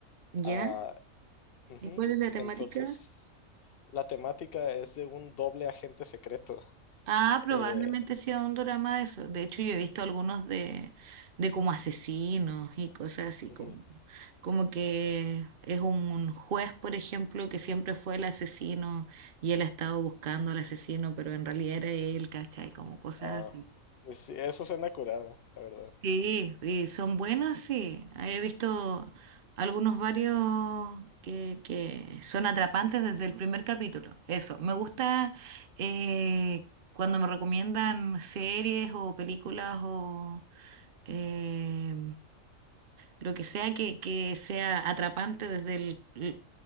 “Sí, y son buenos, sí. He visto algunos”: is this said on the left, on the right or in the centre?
Right